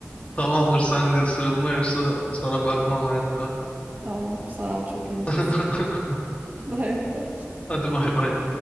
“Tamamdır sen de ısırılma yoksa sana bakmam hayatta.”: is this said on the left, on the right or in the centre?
Left